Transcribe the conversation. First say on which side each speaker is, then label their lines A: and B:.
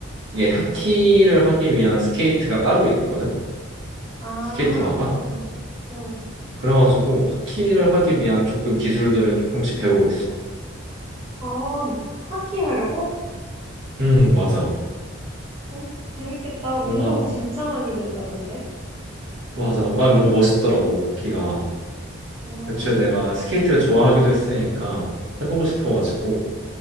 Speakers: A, on the right (about 60°); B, on the right (about 30°).
A: 이게 하키를 하기 위한 스케이트가 따로 있거든?
B: 아,
A: 스케이트화가?
B: 그렇구나. 응.
A: 그래가지고, 하키를 하기 위한 조금 기술들을 조금씩 배우고 있어.
B: 아, 하키 하려고?
A: 음, 맞아.
B: 어, 재밌겠다. 운동
A: 뭔가,
B: 진짜 많이 된다던데.
A: 맞아. 아, 뭔가 멋있더라고, 하키가.
B: 어.
A: 애초에 내가 스케이트를 좋아하기도 했으니까, 해보고 싶어가지고,